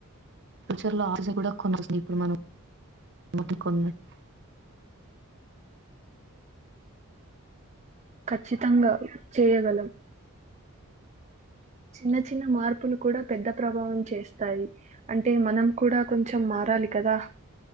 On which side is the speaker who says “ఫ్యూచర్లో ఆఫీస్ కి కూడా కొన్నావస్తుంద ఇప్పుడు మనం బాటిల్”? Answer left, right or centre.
Right